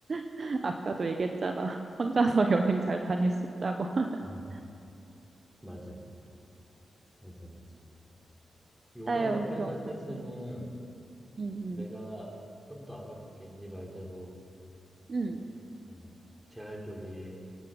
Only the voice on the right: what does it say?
<laughs> 아까도 얘기했잖아. <laughs> 혼자서 여행 잘 다닐 수 있다고. <laughs>
아유,
그런 거지. 응, 응,
응,